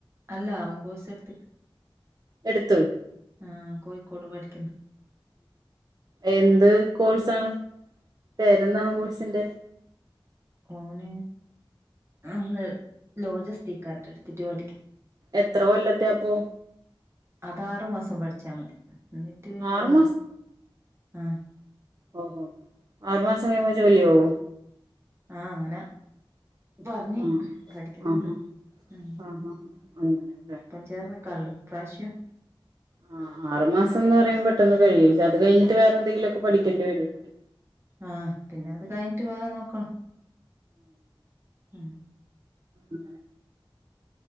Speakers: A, on the right; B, on the right.
A: അല്ല അവൻ കോസ എടുത്ത്
B: എടുത്ത്
A: ആ കോഴിക്കോട് പഠിക്കുന്നു
B: എന്ത് കോഴ്സാണ് പേരെന്താണ് കോഴ്സിന്റെ
A: ഓന അ ലോജസ്ത്രക്കാർടെ എടുത്തിട്ട് പഠിക്കണം
B: എത്ര കൊല്ലത്തെയപ്പൊ
A: അതാറു മാസം പഠിച്ചാ മതി എന്നിട്ട് പിന്നെ
B: ആറു
A: വേറെ ആഹ
B: ഓ ആറു മാസം കഴിയുമ്പോ ജോലിയാോ
A: ആഹ അങ്ങനെ പറഞ്ഞു
B: ആഹ്
A: പഠിക്കുന്നുണ്ട്
B: ആഹാ
A: ഉ
B: ആഹാ അങ്ങനെല്ലേ
A: ഇപ്പം ചേർന്ന് കല് പ്രശ്യ
B: ആ ആറ് മാസം എന്ന് പറയുമ്പോ പെട്ടെന്ന് കഴിയ അത് കഴിഞ്ഞിട്ട് വേറെ എന്തെങ്കിലുമൊക്കെ പഠിക്കേണ്ടി വരുപടിക്കും
A: ആഹ പിന്നെ അത് കഴിഞ്ഞിട്ട് വേറെ നോക്കണം ഉ
B: ഉ